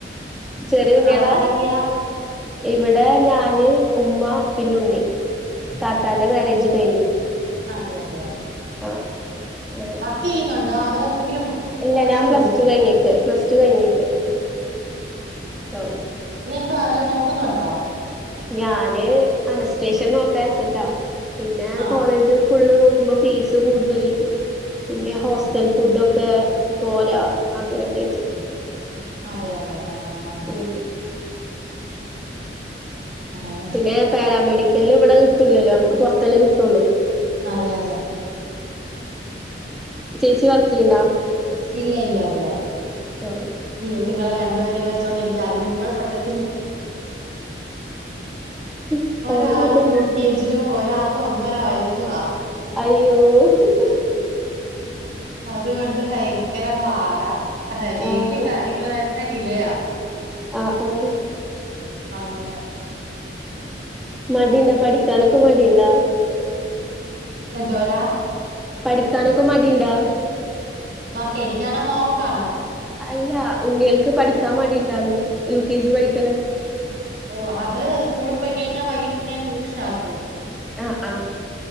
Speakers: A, in the centre; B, on the right.
A: ചെറിയ ഉണ്ണിയളാ
B: അവിടെ ആരൊക്കെയാ
A: ഇവിടെ ഞാന് ഉമ്മ പിന്നുണ്ണി താത്താന്റെ മാരേജ് കഴിഞ്ഞു
B: അതെ അതെ
A: ആ അങ്ങനെ
B: കീയുന്നുണ്ടോ അതോ എന്തെങ്കിലും
A: ഇല്ല
B: കോഴ്സ്
A: ഞാൻ
B: ചെയ്യോ
A: പ്ലസ് ടു കഴിഞ്ഞിരിക്ക പ്ലസ് ടു കഴിഞ്ഞിരിക്ക ആഹ്
B: നീ എന്തോ വല്ലോം നോക്കുന്നുണ്ടോ
A: ഞാനനേ അനസ്ത്തേഷ്യാ നോക്കാച്ചിട്ടാ പിന്നെ
B: ആഹ്
A: കോളേജ് ഫുള്ള്നോക്കുമ്പം ഫീസു കൂടുതലെ പിന്നെ ഹോസ്റ്റൽ ഫുഡ്ഡോ ഒക്ക പോരാ അങ്ങനെയൊക്കാ യി ട്ട്
B: അതെ അതെ ആഹ് ആഹ്
A: ഉം
B: അങ്ങനെ
A: പിന്നെ പാരാമെഡിക്കലിനിവിടെ കിട്ടൂലല്ലോ നമുക്ക് പുറത്തല്ലേ കിട്ടൂള്ളൂ
B: അതെ അതെ
A: ചേച്ചി വർക്ക്‌യ്യണൊണ്ടോ
B: ഇല്ല ഇല്ല ഇല്ല
A: ആഹ്
B: ഇവുത്തുങ്ങളെ രണ്ടുപേരേം വെച്ചോണ്ട് എനിക്ക് അതിനും കൂടെ പറ്റത്തില്ല
A: ആഹ്
B: ഒരാളെ നോക് ഏജിലും ഒരാക്ക് ഒന്നര വയസ്സുവാ
A: അയ്യോ ഊഹുഹു
B: അതുകൊണ്ട് ഭയങ്കര പാടാ ഹാ ഡെയിലി
A: ആഹ്
B: കാര്യങ്ങളു തന്നെ ഡിലെയാ
A: ആഹ് ആഹ്
B: അങ്ങനെ
A: മടീണ്ടോ പഠിക്കാനൊക്കെ മടീണ്ട
B: എന്തുവാടാ
A: പഠിക്കാനൊക്കെ മടീണ്ടോ
B: ആർക്കാ എനിക്കാണോ മോക്കാണോ
A: അല്ല ഉണ്ണികൾക്ക് പഠിക്കാൻ മടിയുണ്ടോണ് യു കെ ജി പഠിക്കണ
B: ഓഹ് അതാ സ്കൂളിൽ പോയി കഴിഞ്ഞാ വൈകിട്ട് പിന്നെ ഞാൻ ട്യൂഷനാക്കും
A: ആഹ് ആഹ്